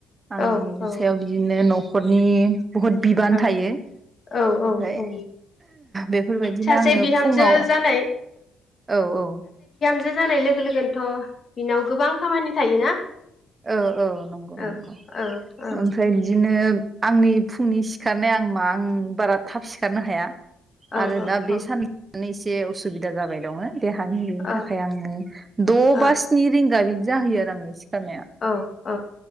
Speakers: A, on the right; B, on the left.
A: आंनि
B: औ
A: सायाव बिदिनो नख नखरनि बहुद बिबान
B: औ
A: थायो ओमफ्राय
B: औ औ औ
A: बेफोरबायदिनो
B: सासे
A: आङो
B: बिहामजो
A: फुङाव
B: जानाय
A: औ औ
B: जो जानाय लोगो लोगोनोथ बिनाव गोबां खामानि थायोना
A: औ औ नंगौ
B: औ
A: नंगौ
B: औ औ
A: ओमफ्राय बिदिनो आंनि फुंनि सि ओंखारनो आं मा आं बारा थाब सि सिखारनो हाया
B: औ
A: आरो
B: औ
A: दा
B: औ
A: बे सान माने एसे असुबिदा जाबाय दङो देहानि
B: औ
A: थाखाय आङो द
B: औ
A: बा स्नि रिंगा बिदि जाहैयो आरो आङो सिखारनाय ओमफ्राय
B: औ औ